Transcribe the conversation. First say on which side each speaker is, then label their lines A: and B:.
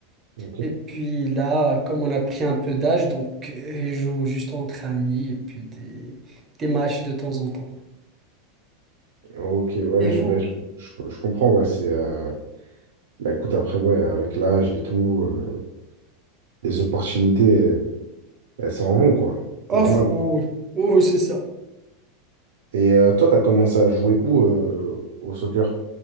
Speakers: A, on the right; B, on the right.
A: Ok.
B: Et puis là, comme on a pris un peu d'âge, donc euh, je joue juste entre amis et puis des, des matchs de temps en temps.
A: Ok, ouais,
B: Et vous?
A: je, ben, je, je- je comprends, ouais, c'est... euh, Bah écoute, après, ouais, avec l'âge et tout, euh, les opportunités, elles, elles s'en vont, quoi.
B: Oh,
A: C'est normal.
B: f- oui, oui, Oh, oui, c'est ça.
A: Et euh, toi, t'as commencé à jouer où euh, au soccer?